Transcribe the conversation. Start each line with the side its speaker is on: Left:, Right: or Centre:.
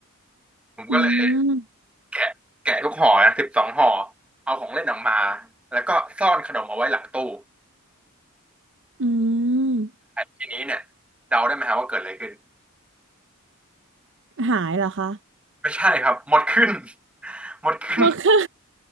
Centre: ผมก็เลย
Right: อืม
Centre: แกะแกะทุกห่อนะสิบสองห่อเอาของเล่นออกมาแล้วก็ซ่อนขนมเอาไว้หลังตู้
Right: อืม
Centre: ทีนี้เนี่ยเดาได้ไหมฮะว่าเกิดอะไรขึ้น
Right: หายเหรอคะ
Centre: ไม่ใช่ครับหมดขึ้น <laughs> หมดขึ้น
Right: หมดค่ะ